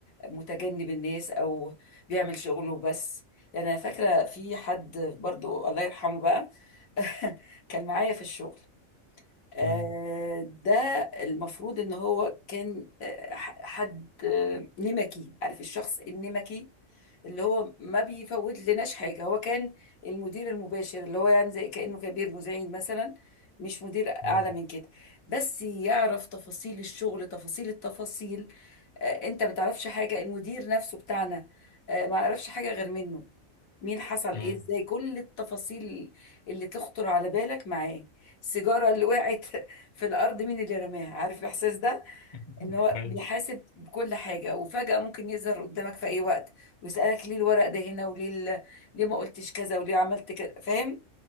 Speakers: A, on the left (about 85°); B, on the left (about 35°).
A: متجنب الناس او بيعمل شغله بس يعني انا فاكره في حد برضو الله يرحمه بقى <laughs> كان معايا في الشغل آه،
B: <laughs> مم.
A: ده المفروض ان هو كان آه، ح- حد آه، نمكي عارف الشخص النمكي اللي هو ما بيفوت لناش حاجه هو كان المدير المباشر اللي هو يعني زي كانه كبير مزعين مثلا مش مدير اعلى
B: مم.
A: من كده بس يعرف تفاصيل الشغل تفاصيل التفاصيل آه، انت ما تعرفش حاجه المدير نفسه بتاعنا آه، ما يعرفش حاجه غير منه مين حصل
B: مم.
A: ايه ازاي كل التفاصيل اللي تخطر على بالك معاه السيجاره اللي وقعت <laughs> في الارض مين اللي رماها عارف الاحساس ده
B: <laughs>
A: ان هو
B: أيوة
A: بيحاسب بكل حاجه وفجاه ممكن يظهر قدامك في اي وقت ويسالك ليه الورق ده هنا وليه ال- ليه ما قلتش كذا وليه عملت كذا فاهم